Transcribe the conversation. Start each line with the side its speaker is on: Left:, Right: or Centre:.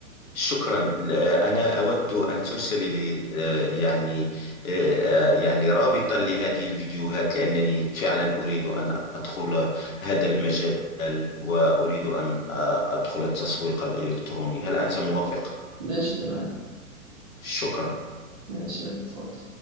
Left: شكرا آه، أنا أود أن ترسل لي آه، يعني آه، آه، يعني رابطا لهذه الفيديوهات لأنني فعلا أريد أن أدخل هذا المجال وأريد أن آه، أدخل التسويق الإلكتروني هل أنت موافق؟
Right: ماشي تمام
Left: شكرا
Right: ماشي اتفضل